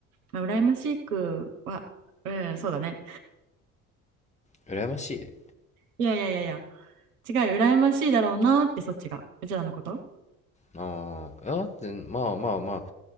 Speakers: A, on the right; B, on the left.
A: まあ、羨ましくは、うん、そうだね。
B: 羨ましい
A: いやいやいやいや。違う羨ましいだろうなって、そっちが、うちらのこと。
B: ああだってまあまあまあ